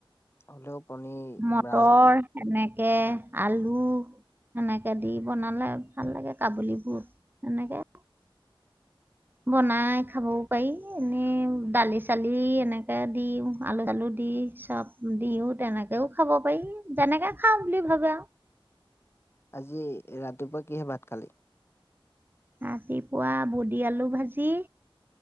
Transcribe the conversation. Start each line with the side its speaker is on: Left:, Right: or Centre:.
Left: হ'লেও পনীৰ
Right: মটৰ
Left: ৰাজ
Right: সেনেকে। কে আলু সেনেকে দি বনালে ভাল লাগে কাবুলীবুট সেনেকৈ। বনাই খাবও পাৰি। এনেই দালি চালি এনেকে দিও আলু চালু দি চব দিও তেনেকেও খাব পাৰি যেনেকে খাওঁ বুলি ভাবে আৰু
Left: আজি ৰাতিপুৱা কিহে ভাত কালি
Right: ৰাতিপুৱা পুৰি আলু ভাজি